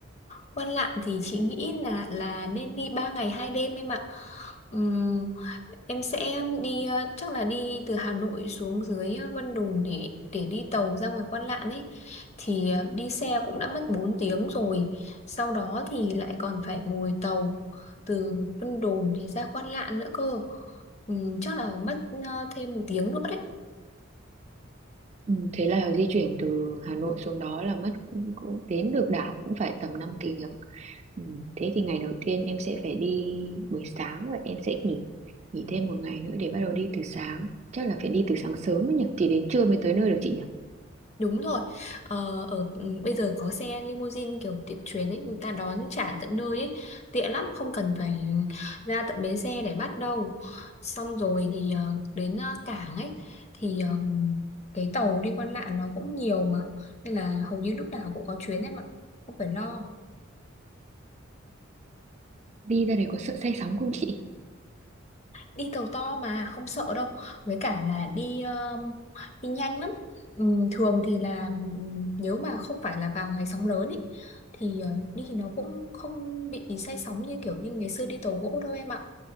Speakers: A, on the left; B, on the right.
A: Quan Lạn thì chị nghĩ là là nên đi 3 ngày 2 đêm em ạ. Ừm, em sẽ đi ờ, chắc là đi từ Hà Nội xuống dưới ờ, Vân Đồn để để đi tàu ra ngoài Quan Lạn ấy thì ờ, đi xe cũng đã mất 4 tiếng rồi. Sau đó thì lại còn phải ngồi tàu từ Vân Đồn thì ra Quan Lạn nữa cơ. Ừm, chắc là mất ờ, thêm một tiếng nữa đấy.
B: Ừ, thế là di chuyển từ Hà Nội xuống đó là mất cũng, cũng đến được đảo cũng phải tầm 5 tiếng. Ừ, thế thì ngày đầu tiên em sẽ phải đi buổi sáng và em sẽ nghỉ nghỉ thêm một ngày nữa để bắt đầu đi từ sáng. Chắc là phải đi từ sáng sớm ấy nhỉ, thì đến trưa mới tới nơi được chị nhỉ?
A: Đúng rồi. Ờ, ở bây giờ có xe limousine kiểu tiện chuyến ấy, người ta đón trả tận nơi ấy, tiện lắm, không cần phải ra tận bến xe để bắt đâu. Xong rồi thì ờ, đến ờ, cảng ấy thì ờ, cái tàu đi qua lạn nó cũng nhiều mà, nên là hầu như lúc nào cũng có chuyến em ạ, không phải lo.
B: Đi ra đấy có sợ say sóng không chị?
A: đi tàu to mà không sợ đâu với cả là đi um, đi nhanh lắm Ừm, thường thì là ừm, nếu mà không phải là vào ngày sóng lớn ý, thì ờ, đi thì nó cũng không bị say sóng như kiểu như ngày xưa đi tàu gỗ đâu em ạ